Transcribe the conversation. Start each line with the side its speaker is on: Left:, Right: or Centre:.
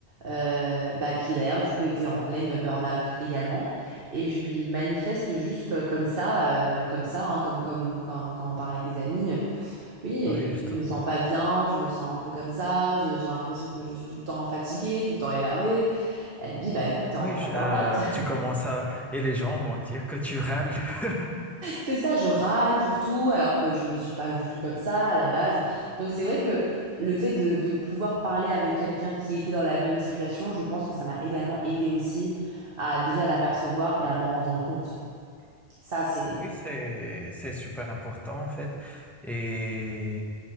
Right: euh, bah, qui d'ailleurs du coup était en pleine burn-out également, et je lui manifeste juste comme ça, euh, comme ça, hein, comme, comme, comme quand on parle avec des amis, euh, oui, écoute,
Centre: Ah Oui, justement.
Right: je me sens pas bien, je me sens un peu comme ça, je- j'ai l'impression que je suis tout le temps fatiguée, tout le temps énervée. Elle me dit, bah écoute, t'es
Centre: Ah
Right: en
Centre: Oui,
Right: plein
Centre: je- euh,
Right: burn-out.
Centre: tu commences à... Et les gens vont dire que tu râles. <laughs>
Right: C'est ça, je râle pour tout, alors que je suis pas du tout comme ça à la base. Donc c'est vrai que le fait de, de pouvoir parler avec quelqu'un qui était dans la même situation, je pense que ça m'a également aidé aussi à déjà l'apercevoir et à m'en rendre compte. Ça, c'est...
Centre: Oui, c'est, c'est super important en fait. Et